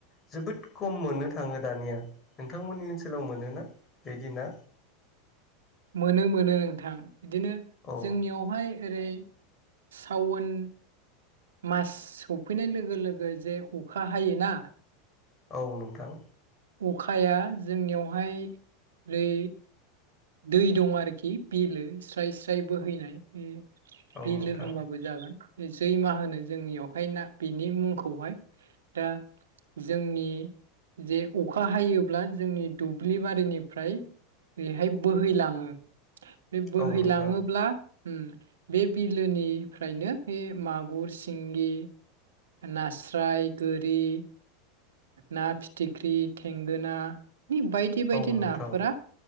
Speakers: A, on the left; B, on the right.
A: जोबोद खम मोननो थाङो दानिया। नोंथांमोननि ओनसोलाव मोनोना बिदि ना?
B: मोनो मोनो नोंथां। बिदिनो
A: औ
B: जोंनियावहाय ओरै सावन मास सफैनाय लोगो लोगो जे अखा हायोना
A: औ नोंथां।
B: खाया जोंनियावहाय ओरै दै दं आरोखि बिलो स्राय स्राय बोहैनाय बे
A: औ
B: बिलो
A: नोंथां
B: होनबाबो जागोन जैमा होनो जोंनियावहाय ना बेनि मुंखौहाय दा जोंनि जे अखा हायोब्ला जोंनि दुब्लि बारिनिफ्राय बेहाय बोहैलाङो। बे बोहैलाङोब्ला
A: औ नोंथां
B: उम बे बिलोनिफ्रायनो बे मागुर, सिंगि, नास्राय, गोरि, ना फिथिख्रि, थेंगोना नि बायदि बायदि
A: औ नोंथां
B: नाफोरा